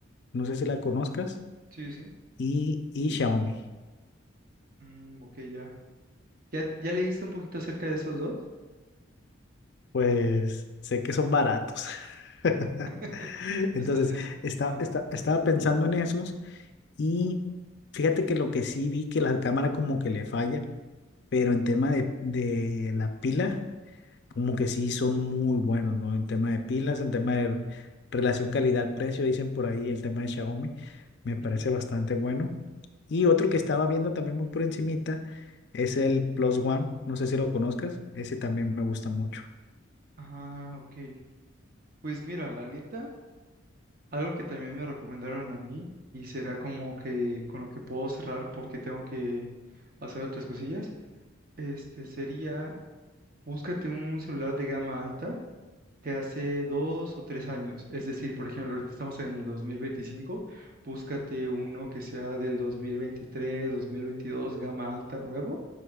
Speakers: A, on the left; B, on the right.
A: no sé si la conozcas,
B: Sí, sí.
A: y, y Xiaomi.
B: Mm, ok, ya. ¿Ya, ya leíste un poquito acerca de esos dos?
A: Pues sé que son baratos. <laughs>
B: <laughs> Te
A: Entonces,
B: estás yendo.
A: está,
B: Ajá.
A: está- estaba pensando en esos y fíjate que lo que sí vi que la cámara como que le falla, pero en tema de, de la pila, como que sí son muy buenos, ¿no? En tema de pilas, en tema de relación calidad-precio, dicen por ahí el tema de Xiaomi, me parece
B: ujú.
A: bastante bueno. Y otro que estaba viendo también muy por encimita es el Plus One, no sé si lo conozcas, ese también me gusta mucho.
B: Ah, ok. Pues mira, la neta, algo que también me recomendaron a mí y será como que con lo que puedo cerrar porque tengo que hacer otras cosillas, este sería Búscate un celular de gama alta de hace dos o tres años. Es decir, por ejemplo, ahorita estamos en el 2025, búscate uno que sea del 2023, 2022, gama alta nuevo,